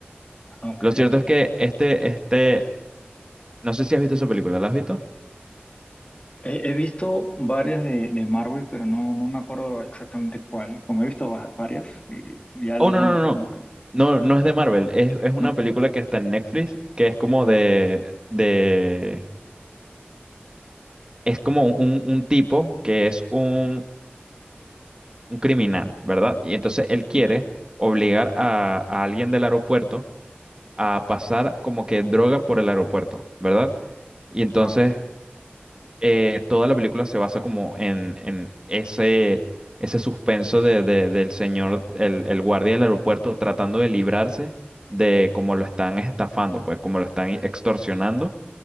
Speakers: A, on the left; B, on the right.
A: Ok.
B: Lo cierto es que este, este, no sé si has visto esa película, ¿la has visto?
A: He, he visto varias de, de Marvel, pero no, no me acuerdo exactamente cuáles. Como he visto va- varias, y ya
B: Oh,
A: los
B: no,
A: nombres
B: no, no, no.
A: como que,
B: No, no es de Marvel, es, es una
A: no.
B: película que está en Netflix, que es como
A: Ok.
B: de, de, es como un, un tipo que es un,
A: Ujú.
B: un criminal, ¿verdad? Y entonces él quiere
A: Ok.
B: obligar a, a alguien del aeropuerto a
A: Ujú.
B: pasar como que droga por el aeropuerto, ¿verdad? Y entonces
A: Ah,
B: eh, toda la película se basa como en, en ese, ese suspenso de, de- del señor, el, el guardia del aeropuerto, tratando de librarse de cómo lo están estafando, pues cómo lo están extorsionando.